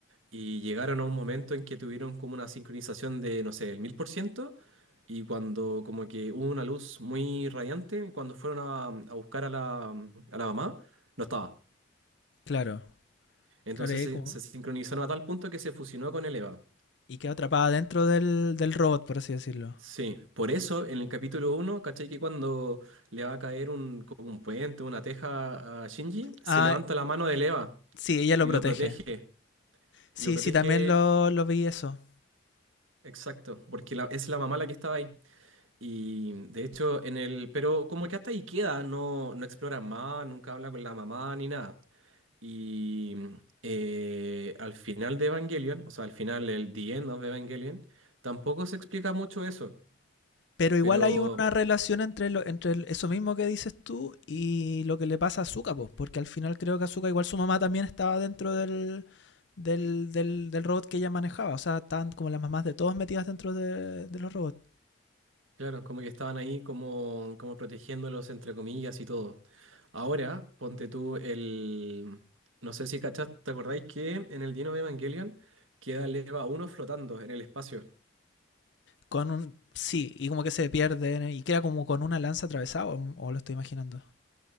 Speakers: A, on the right; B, on the left.
A: y llegaron a un momento en que tuvieron como una sincronización de, no sé, el mil por ciento, y cuando como que hubo una luz muy radiante, y cuando fueron a, a buscar a la, a la mamá, no estaba.
B: Claro,
A: Entonces
B: claro, y
A: se,
B: como...
A: se sincronizaron a tal punto que se fusionó con el Eva.
B: Y queda atrapada dentro del, del robot, por así decirlo.
A: Sí, por eso en el capítulo uno ¿cachai? Que cuando le va a caer un, como un puente, una teja a Shinji, se
B: Ah,
A: levanta la mano de Eva
B: sí, ella lo
A: y
B: protege.
A: lo protege.
B: Sí,
A: Y lo protege,
B: sí, también lo, lo vi eso.
A: exacto, porque la- es la mamá la que estaba ahí. Y de hecho, en el. Pero como que hasta ahí queda, no, no explora más, nunca habla con la mamá ni nada. Y eh, al final de Evangelion, o sea, al final, el The End of Evangelion, tampoco se explica mucho eso.
B: Pero igual
A: Pero
B: hay una relación entre, lo- entre el- eso mismo que dices tú y lo que le pasa a Zuka, pues, porque al final creo que Zuka, igual su mamá también estaba dentro del, del, del, del robot que ella manejaba. O sea, estaban como las mamás de todos metidas dentro de, de los robots.
A: claro, como que estaban ahí como, como protegiéndolos, entre comillas y todo. Ahora, ponte tú el. No sé si cachás, ¿te acordáis que en el The End of Evangelion queda el EVA 1 flotando en el espacio?
B: Con un, sí, y como que se pierden eh, y queda como con una lanza atravesada, o, o lo estoy imaginando.